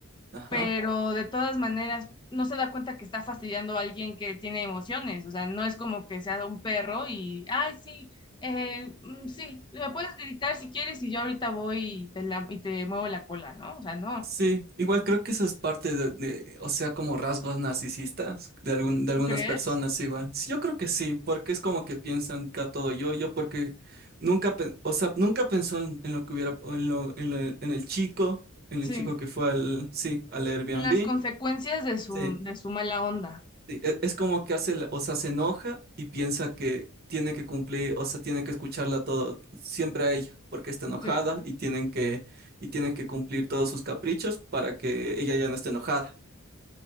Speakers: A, on the right; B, on the left.
A: ajá.
B: pero de todas maneras no se da cuenta que está fastidiando a alguien que tiene emociones, o sea, no es como que sea un perro y, ay, sí. Eh, mm, sí, me puedes gritar si quieres y yo ahorita voy y te, la- y te muevo la cola, ¿no? O sea, no.
A: Sí, igual creo que eso es parte de, de, o sea, como rasgos narcisistas de algún, de
B: ¿Tú
A: algunas
B: crees?
A: personas igual. Sí, yo creo que sí, porque es como que piensan que a todo yo, yo porque nunca, pe- o sea, nunca pensó en, en lo que hubiera, en lo, en lo- en el chico, en
B: Sí,
A: el chico que fue al, sí, al Airbnb.
B: las consecuencias de su,
A: Sí.
B: de su mala onda.
A: Sí, e- Es como que hace, la- o sea, se enoja y piensa que tiene que cumplir, o sea, tiene que escucharla todo, siempre a ella, porque está enojada
B: sí.
A: y tienen que, y tienen que cumplir todos sus caprichos para que ella ya no esté enojada.